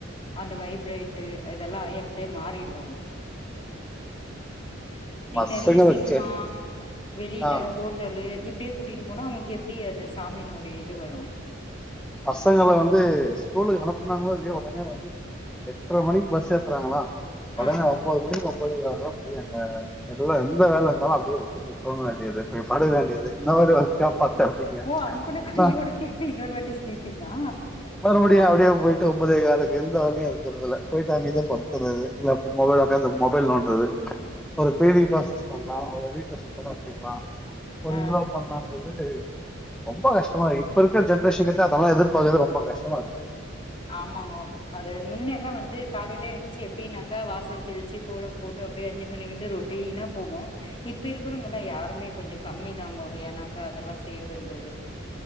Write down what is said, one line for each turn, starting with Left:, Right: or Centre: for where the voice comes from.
Left: அந்த வைப்ரேட்டு இதெல்லா அப்டியே மாறிடுவாங்க நீங்க
Centre: பசங்க
Left: நெறய சினிமா
Centre: வச்சு
Left: வெளில
Centre: ஆ
Left: ஹோட்டலு இப்படியே கூட்டினு போனா அவூங்களுக் அப்படி அது சாமினுடைய இது வரும்
Centre: பசங்கள வந்து ஸ்கூலுக்கு அனுப்புனாங்களோ இல்லையே உடனே வந்து எட்டரை மணிக்கு பஸ் ஏத்துறாங்களா உடனே
Left: ஆ
Centre: ஒன்பது மணிக்கு போய் அதல்லாம் போய் அங்க எல்லாம் இருந் ஏந்த வேலை இருந்தாலும் அடியே விட்டு போ தூங்கவேண்டியது படுக்க வேண்டியது இன்ன ஒருக்கா பாரத்த அப்படிங்க
Left: ஓ அனுப்புன
Centre: அந்தா
Left: கையோட திருப்பி இன்னொரு வாட்டி ஸ்லீப்பிங்கா
Centre: மறுபடியும் அப்படியே போயிட்டு ஒன்பதே காலக்கு எந்த வேலையும் இருக்கறதுல்ல போயிட்டு அமீதியா படுத்துறது இல்ல மொபைல் அப் அந்த மொபைல் நோன்றது ஒரு ப்ரிங் ப்ராசஸ் பண்றது வீட்ட சுத்தமாகிறலாம் ஒரு
Left: ஆ
Centre: ரிலவா பண்ணாங்கது போது ரொம்ப கஷ்டமா இப்ப இருக்க ஜன் ஷ கிட்ட அதெல்லாம் எதிர்பார்க்கது ரொம்ப கஷ்டமா இருக்
Left: ஆமாங்கோ அது முன்ன எல்லாம் வந்து காலையிலயே எழுச்சு எப்படின்னாக்கா வாசல் தெளிச்சு கோலம் போட்டு அப்படியே அஞ்சு மணில இருந்து ரொட்டினா போவோம் இப்ப இருக்கிறங்க எல்லாம் யாருமே கொஞ்சம் கம்மிதாங்கோ ஏனாக்கா அதெல்லாம் செய்யறதுன்றது